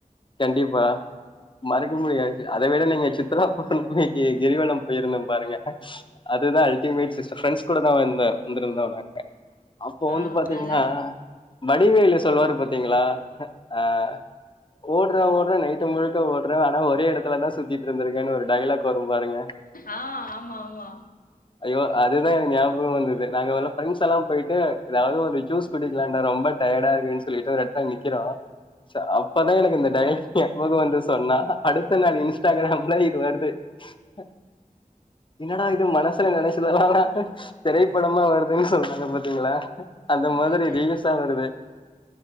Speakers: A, on the left (about 35°); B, on the left (about 85°).
A: கண்டிப்பா மறக்க முடியாது அத விட நீங்க சித்ரா பௌர்ணமிக்கு கிரிவலம் போயிருந்தே பாருங்க அதுதா அல்டிமேட் சிஸ்டர் ஃப்ரெண்ஸ் கூட தா வந்தே வந்திருந்தோ நாங்க அப்போ
B: ஆ
A: வந்து பாத்தீங்கன்னா
B: அது
A: வடிவேலு சொல்லுவாரு பாத்தீங்களா அ ஆ ஓடுறே ஓட்றே நைட்டு முழுக்க ஓடுறே ஆனா ஒரே எடத்துலதா சுத்திட்ருந்திருக்கேன்னு ஒரு டைலாக் வரும் பாருங்க
B: ஆ ஆமா ஆமா
A: அய்யோ அதுதா எனக் ஞாபம் வந்துது நாங்க எல்லா பிரண்ட்ஸ் எல்லா போய்ட்டு எதாவது ஒரு ஜூஸ் குடிக்கிலானு ரொம்ப டயடா இருக்குன் சொல்லிட்டு ஒரு எட்த்ல நிக்கிறோ <unintelligible> இப்பதா எனக் இந்த டய்லா ஞாபகோ வந்து சொன்னா அடுத் இது இன்ஸ்டாகிராம் ல இது வருது அ இன்னடா இது மனசுல நெனைச்சதெல்லா உ திரைப்படமா வருதுன் சொல்லுவாங்க பா க்கீங்களா அ அந்த
B: ம்
A: மாதிரி ரீல்சா வருது